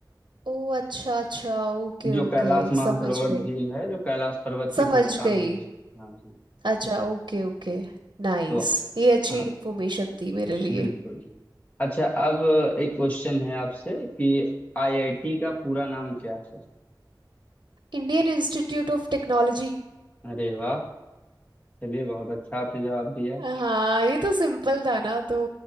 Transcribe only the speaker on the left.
जो
कैलाश मानसरोवर
झील है जो कैलाश पर्वत के
ठीक सामने
है हाँ जी।
तो
हाँ
बिल्कुल अच्छा अब एक क्वेश्चन है आपसे कि आईआईटी का पूरा नाम क्या है
अरे वाह चलिए बहुत अच्छा आपने जवाब दिया